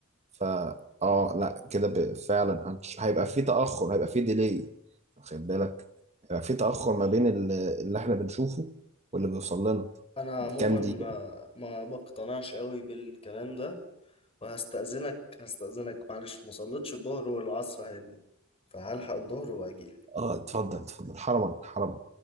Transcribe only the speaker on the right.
فا اه لا كده ب- فعلا هنش- هيبقى في تأخر هيبقى في ديلي واخد بالك هيبقى في تأخر ما بين ال- اللي احنا بنشوفه واللي بيوصل لنا
كام
دقيقة
اه اتفضل اتفضل حرما حرما